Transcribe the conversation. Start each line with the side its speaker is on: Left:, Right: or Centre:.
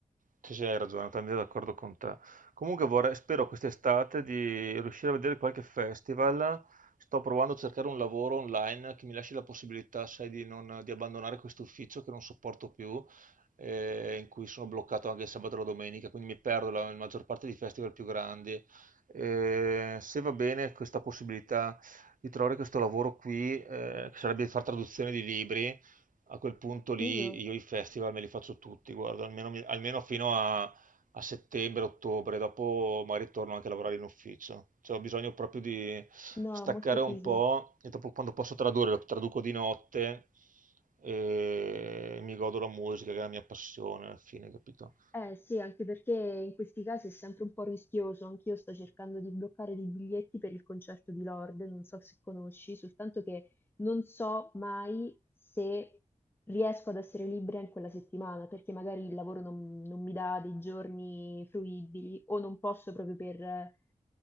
Right: Sì, sì, hai ragione, sono d'accordo con te. Comunque vorrei, spero quest'estate di riuscire a vedere qualche festival. Sto provando a cercare un lavoro online che mi lasci la possibilità, sai, di, non- di abbandonare questo ufficio che non sopporto più, eh, in cui sono bloccato anche il sabato e la domenica, quindi mi perdo la, la maggior parte dei festival più grandi. Eh, se va bene questa possibilità di trovare questo lavoro qui, eh, che sarebbe di fare traduzione di libri, a quel punto lì
Left: Figo?
Right: io i festival me li faccio tutti, guarda, almeno, mi- almeno fino a, a settembre, ottobre, dopo magari torno anche a lavorare in ufficio. Cioè, ho bisogno proprio di
Left: No,
Right: staccare
Left: molto figo.
Right: un po' e dopo quando posso tradurre, lo traduco di notte e mi godo la musica, che è la mia passione alla fine, capito?
Left: Eh sì, anche perché in questi casi è sempre un po' rischioso. Anch'io sto cercando di bloccare dei biglietti per il concerto di Lord, non so se conosci, soltanto che non so mai se riesco ad essere libera in quella settimana, perché magari il lavoro non, non mi dà dei giorni fruibili o non posso proprio per,